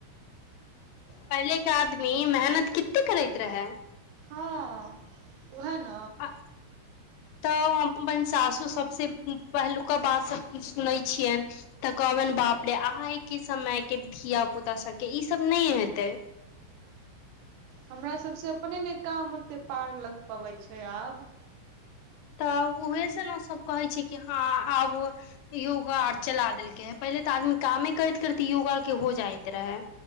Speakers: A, on the left (about 85°); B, on the right (about 90°).
A: पहिले के आदमी मेहनत किते करैत रहै
B: हँ उहेन
A: आ तऽ अपन सासू सबसँ पहिलुका बात सब सुनै छियनि तऽ कहबिन बाप रे आइ के समय के धिया पुता सबके ईसभ नहि हेतै
B: हमरा सब से अपने ने काम ओते पार लग पबै छै आब
A: तऽ उहेसँ ने सभ कहै छी कि हँ आब योगा आर चला देलकै है पहिले तऽ आदमी कामे करैत करैत योगा के हो जाइत रहे